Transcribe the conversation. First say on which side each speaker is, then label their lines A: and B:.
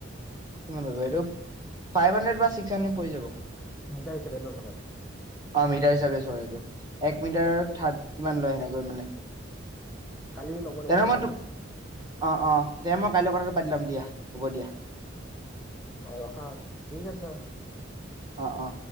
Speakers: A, on the right (about 20°); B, in the centre.
A: কি পৰিব এইটো ফাইভ হাড্ৰেড চিক্স হাড্ৰেড পৰি যাব।
B: মিটাৰ হিচাপে ন চাগে
A: অ মিটাৰ হিচাপে চৰে এইটো। এক মিটাৰৰ থাৰ্ড কিমান লয় সেনেকৈ মানে।
B: কালি ল'ব
A: তে
B: লাগিব ওলাবাচোন
A: মই তোক অ অ তে ম। কাইলৈ কথাটো পাতি ল'ম দিয়া হ'ব দিয়া।
B: অ ৰখা ঠিক আছে।
A: অ অ।